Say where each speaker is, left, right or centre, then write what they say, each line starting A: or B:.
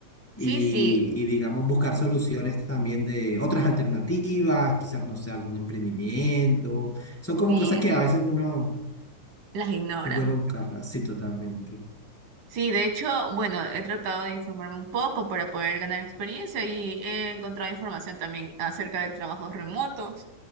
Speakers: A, in the centre; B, on the right.
A: Y,
B: Sí, sí,
A: y digamos buscar soluciones también de otras alternativas, quizás no sé, algún emprendimiento. Son como
B: sí,
A: cosas que a veces uno
B: las ignora.
A: es bueno buscarlas. Sí, totalmente.
B: Sí, de hecho, bueno, he tratado de informarme un poco para poder ganar experiencia y he encontrado información también acerca de trabajos remotos